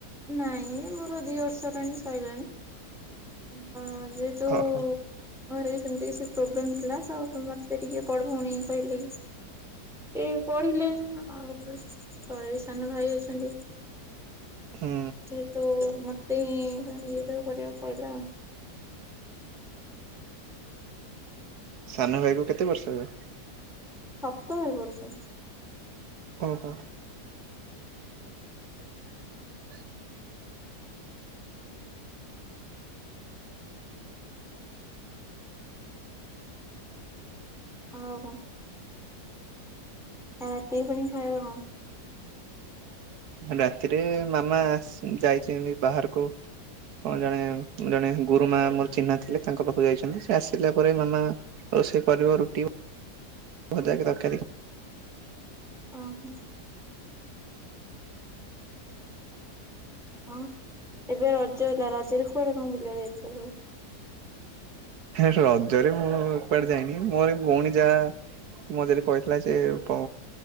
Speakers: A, in the centre; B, on the right.
A: ନାଇଁ ମୋର ଦି ବର୍ଷ ପାଇଁ ସଇଲାଣି ଅଁ ଯେହେତୁ
B: ଓହୋ
A: ଘରେ ସେମିତି କିଛି ପ୍ରୋବ୍ଲେମ ଥିଲା ତ ମତେ ଟିକେ ବଡ଼ ଭଉଣୀ କହିଲେ। ଏ ପଢିଲେ ଆଉ ତଳେ ସାନ ଭାଇ ଅଛନ୍ତି।
B: ହୁଁ
A: ଯେହେତୁ ମତେ ହିଁ ଇଏଟ କରିବାକୁ ପଡିଲା।
B: ସାନ ଭାଇ କୁ କେତେ ବର୍ଷ ଏବେ?
A: ସପ୍ତମରେ ପଡୁଚି।
B: ଅହଁ। <unintelligible>
A: ହଉ କଣ? ଆଉ ରାତିକି ପୁଣି ଖାଇବା ଆଉ?
B: ରାତିରେ ମାମା ଯାଇଚନ୍ତି ବାହାରକୁ କଣ ଜଣେ ଜଣେ ଗୁରୁ ମା ମୋର ଚିହ୍ନା ଥିଲେ ତାଙ୍କ ପାଖକୁ ଯାଇଛନ୍ତି ସେ ଆସିଲା ପରେ ମାମା ରୋଷେଇ କରିବ ରୁଟି ଭଜା କି ତରକରି।
A: ଅ ହଁ। ହଁ ଏବେ ରଜ ହେଲା ରଜରେ କୁଆଡେ କଣ ବୁଲିବାକୁ ଯାଇଥିଲେ ସବୁ।
B: ରଜରେ ମୁଁ କୁଆଡେ ଯାଇନି ମୋର ଭଉଣୀ ଯାହା ମୋ ଯେରି କହିଥିଲା ଯେ ପ